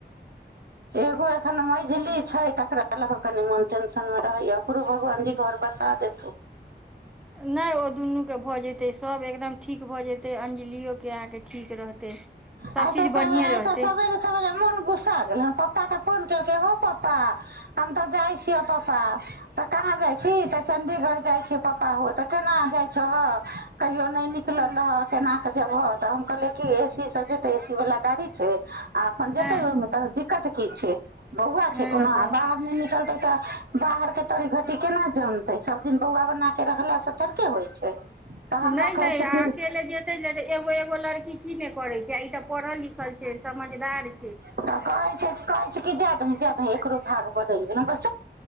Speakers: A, on the right; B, in the centre.
A: एगो एखन मझली छै तकरा लऽ कऽ कनि मोन टेंशन मे रहै य ओकरो भगवानजी घर बसा देथु
B: नहि ओ दुनूके भऽ जतै सभ एकदम ठीक भऽ जेते अंजलियो के आहाँ जे ठीक रहतै सब
A: आइ
B: चीज
A: त सबे
B: बढ़िए
A: आइ
B: रहतै
A: सबरे सबेरे मोन गुस्सा गेल हन पपा के फोन केलकै एगो हो पपा हम तऽ जाय छियअ पपा तऽ कहाँ जाइ छी तऽ चणडीगढ़ जाइ छी पपा हो तऽ केना जाइ छहअ कहियो नइ निकलल रहअ केना कऽ जेब ह तऽ हम कहैलिए की ए सी सँ जे त एसी वालला गाड़ी छै आ अपनन जेतै
B: हँ
A: ओहिमे तऽ दिक्कत किछु बौआ
B: हँ
A: छै कोनो
B: हँ
A: आ बाहर नहि निकलतै तऽ बाहरके तोरी घटी केना जानतै सभदिन बौआ बना कऽ रखलासँ थड़के होइ छै तऽ हमरा
B: नहि
A: कहै
B: नहि
A: छै
B: आ
A: कि
B: अकेले जेतै ल त एगो एगो लड़की की नहि करैत छै पढ़ल लिखल छै समझदारी
A: उ तऽ कहै छै कहै छै कि जाय द हीं जाय दी एकरो भाग बदलि गेल बस